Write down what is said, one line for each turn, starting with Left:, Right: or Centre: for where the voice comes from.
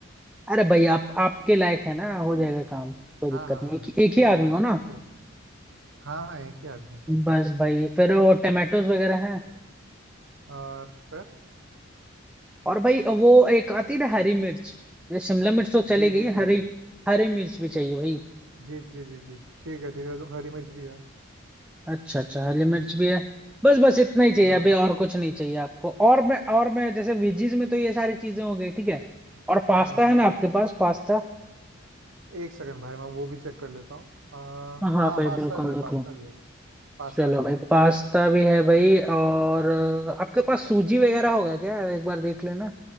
Centre: अरे भाई आप आपके लायक है ना हो जाएगा काम कोई दिक्कत
Right: हाँ हाँ
Centre: नहीं
Right: हाँ
Centre: एक, एक
Right: ठीक
Centre: ही आदमी
Right: है
Centre: हो ना
Right: ठीक हाँ हाँ एक ही आदमी का
Centre: बस भाई फिर वो टमाटोज वगैरह हैं
Right: और फिर
Centre: और भाई वो एक आती है ना हरी मिर्च ये शिमला मिर्च तो चली
Right: जी
Centre: गई
Right: जी जी
Centre: हरी
Right: जी
Centre: हरी मिर्च भी चाहिए भाई
Right: जी जी जी जी ठीक है ठीक है तो हरी मिर्च भी है
Centre: अच्छा अच्छा हरी मिर्च भी है बस बस इतना ही चाहिए
Right: हाँ
Centre: अभी और कुछ नहीं चाहिए आपको और मैं और मैं जैसे वेजीज में तो ये सारी चीजें हो गई ठीक है
Right: हाँ
Centre: और पास्ता
Right: हाँ हाँ
Centre: है ना
Right: हाँ
Centre: आपके पास पास्ता
Right: एक सेकंड भाई मैं वो भी चेक कर लेता हूँ अ,
Centre: हाँ
Right: हाँ
Centre: भाई
Right: पास्ता
Centre: बिल्कुल
Right: भी है
Centre: देख
Right: पास्ता
Centre: लो
Right: भी है पास्ता
Centre: चलो
Right: भी
Centre: भाई
Right: है
Centre: पास्ता भी है भाई और अ, आपके पास सूजी वगैरह होगा क्या एक बार देख लेना